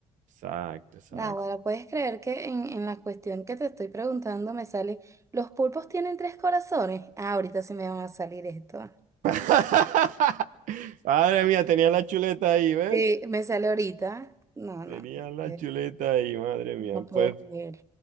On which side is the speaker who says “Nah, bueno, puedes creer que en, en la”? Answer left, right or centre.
Right